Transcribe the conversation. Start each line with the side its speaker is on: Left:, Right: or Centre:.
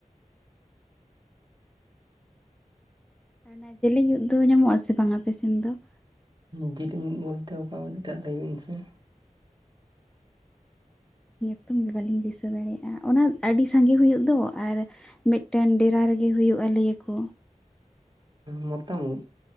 Centre: ᱟᱨ ᱚᱱᱟ ᱡᱮᱞᱮᱧ ᱳᱫ ᱫᱚ ᱧᱟᱢᱚᱜ- ᱟ ᱥᱮ ᱵᱟᱝ ᱟᱯᱮ ᱥᱮᱱ ᱫᱚ ᱾
Right: ᱡᱮᱞᱮᱠᱟ ᱟᱫ ᱵᱚᱞᱛᱮ ᱚᱠᱟ ᱳᱫ ᱢᱟᱜ ᱞᱟᱹᱭ ᱵᱤᱱ ᱥᱮ ᱾
Centre: ᱧᱩᱛᱩᱢ ᱜᱮ ᱵᱟᱹᱞᱤᱧ ᱫᱤᱥᱟᱹ ᱫᱟᱲᱮᱭᱟᱜᱼᱟ ᱚᱱᱟ ᱟᱹᱰᱤ ᱥᱟᱸᱜᱮ ᱦᱩᱭᱩᱜ ᱫᱚ ᱟᱨ ᱢᱤᱫ ᱴᱮᱱ ᱰᱮᱨᱟ ᱨᱮᱜᱮ ᱦᱩᱭᱩᱜᱼᱟ ᱞᱟᱹᱭ ᱟᱠᱚ
Right: ᱢᱚᱛᱟᱢ ᱳᱫ